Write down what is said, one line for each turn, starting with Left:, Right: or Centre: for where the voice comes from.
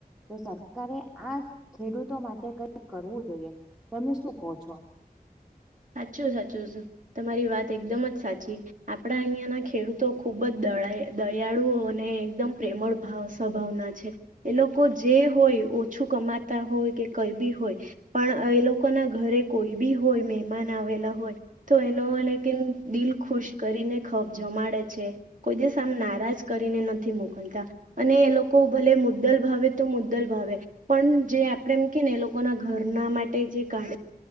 Centre: તો સરકારે આ ખેડૂતો માટે કઈ કરવું જોઈએ તમે શું કો છો?
Right: સાચું સાચું, તમારી વાત એકદમ જ સાચી આપણા અહિયાંના ખેડૂતો ખુબ જ દ દયાળુઓ અને એકદમ પ્રેમળ ભાવ સંભાવના છે એ લોકો જે હોય ઓછું કમાતા હોય કે કઈ બી હોય. પણ એ લોકોના ઘરે કોઈ બી હોય મહેમાન આવેલા હોય. તો એનો અને કે દિલ ખુશ કરીને ખ જમાડે છે. કોઈ દિવસ આમ નારાજ કરીને નથી મોકલતા. અને એ લોકો ભલે મુદ્દલ ભાવે તો મુદ્દલ ભાવે. પણ જે આપણેે એમ કે ને એ લોકોના ઘરના માટે જે કાઢે